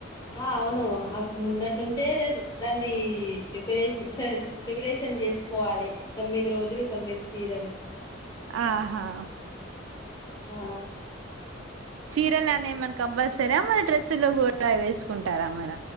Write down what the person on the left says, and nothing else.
ఆ అవును అడ్ ముందటి నుంచే దాంది ప్రిపరేష ప్రిపరేషన్ చేసుకోవాలి తొమి మ్మిది రోజులు తొమ్మిది చీరలు
ఆ